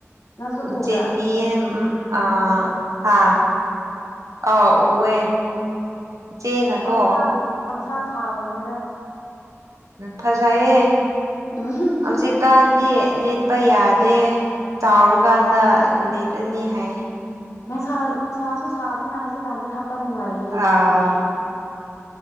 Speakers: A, on the left; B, on the right.
A: ꯅꯪꯁꯨ ꯎꯕ꯭ꯔꯥ
B: ꯆꯦꯟꯕꯤꯌꯦ <unintelligible> ꯑ ꯍꯥꯥ ꯑ ꯎꯋꯦ ꯏꯆꯦꯅꯀꯣ
A: ꯄꯪꯁꯥ ꯄꯪꯁꯥ ꯁꯥꯕꯅꯤꯗ
B: ꯐꯖꯌꯦ
A: ꯎꯝ
B: ꯍꯧꯖꯤꯛꯀꯥꯟꯗꯤ ꯂꯤꯠꯄ ꯌꯥꯗꯦ ꯆꯥꯎꯔꯀꯥꯟꯗ ꯂꯤꯠꯂꯅꯤ ꯍꯥꯏ
A: ꯅꯨꯡꯁꯥ ꯅꯨꯡꯁꯥꯁꯨ ꯁꯥꯕꯅꯤꯅ ꯍꯧꯖꯤꯛꯀꯥꯟꯗꯤ ꯍꯥꯞꯄ ꯅꯨꯡꯉꯥꯏꯔꯣꯏꯌꯦ ꯑꯗꯨꯗꯤ
B: ꯑꯥ